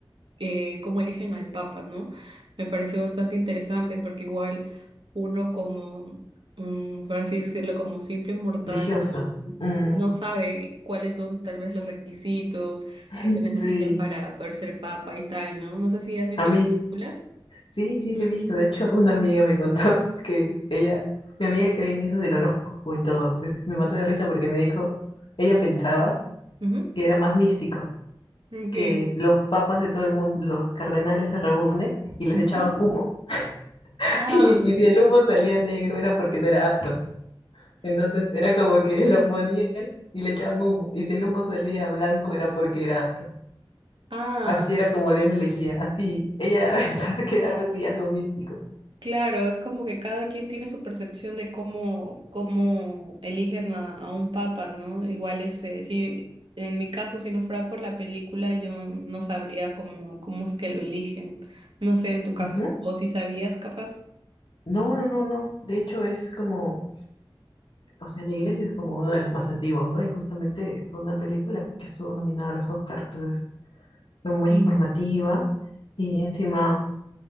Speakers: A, on the right (about 65°); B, on the left (about 65°).
A: eh, cómo eligen al Papa, ¿no? Me pareció bastante interesante porque igual uno como, mm, por así decirlo, como simple mortal,
B: religioso.
A: no,
B: Mm,
A: mm, no sabe cuáles son tal vez los requisitos
B: <laughs>
A: que se necesitan
B: sí,
A: para poder ser Papa y tal, ¿no? No sé si has visto
B: a mí
A: la película.
B: sí, sí lo he visto. De hecho, una amiga me contó <laughs> que ella, mi amiga cree en eso del horóscopo y todo. Pues me mató de risa porque me dijo, ella pensaba
A: Ujú.
B: que era más místico,
A: Ok.
B: que los papas de todo el mundo, los cardenales se reúnen y les
A: Ujú.
B: echaban humo. <laughs>
A: Ah,
B: Y, y si el humo salía negro era porque no era apto. Entonces era como que lo ponían y le echaban humo. Y si el humo salía blanco era porque era apto.
A: ah.
B: Así era como Dios la elegía, así. Ella <laughs> pensaba que era así algo místico.
A: Claro, es como que cada quien tiene su percepción de cómo, cómo eligen a, a un papa, ¿no? Igual ese, si en mi caso, si no fuera por la película, yo no sabría cómo, cómo es que lo eligen. No sé en tu caso,
B: Ujú.
A: o si sabías capaz.
B: No, no, no, no. De hecho, es como, o sea, la iglesia es como uno de los más antiguos, ¿no? Y justamente fue una película que estuvo nominada a los Oscars, entonces fue muy
A: Sí.
B: informativa y encima...